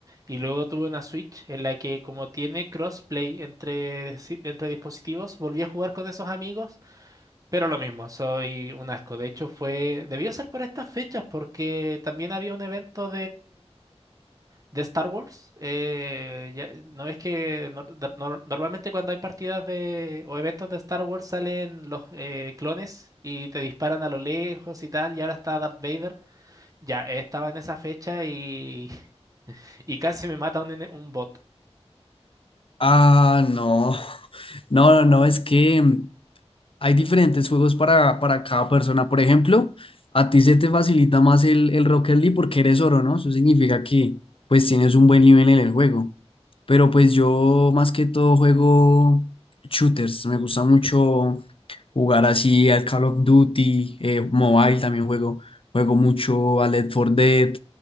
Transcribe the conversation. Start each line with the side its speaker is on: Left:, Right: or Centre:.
Right: Y luego tuve una Switch en la que como tiene crossplay entre, si- entre dispositivos, volví a jugar con esos amigos, pero lo mismo, soy un asco. De hecho, fue, debió ser por estas fechas porque también había un evento de Star Wars, eh, ya- no es que nor- nor- normalmente cuando hay partidas de, o eventos de Star Wars salen los eh, clones y te disparan a lo lejos y tal, y ahora está Darth Vader. Ya eh, estaba en esa fecha y, <laughs> y casi me mata un, ene- un bot.
Left: Ah, no, <laughs> no, no, no, es que Hay diferentes juegos para, para cada persona. Por ejemplo, a ti se te facilita más el, el Rocket League porque eres oro, ¿no? Eso significa que pues tienes un buen nivel en el juego. Pero pues yo más que todo juego shooters. Me gusta mucho jugar así al Call of Duty, eh, Mobile también juego. Juego mucho a Left 4 Dead.